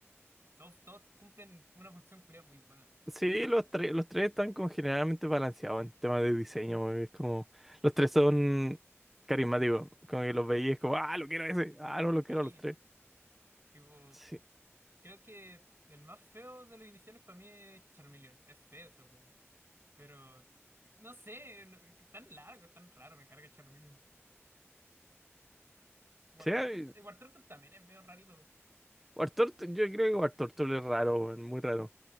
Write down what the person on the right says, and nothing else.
Todos, todos cumplen una función culiao muy buena.
Sí,
tipo,
creo que el más feo de los iniciales para mí es Charmeleon. Es feo ese weón. Pero no sé, no- tan largo, tan raro, me carga Charmeleon. Wartortle,
Wartortle también es medio rarito.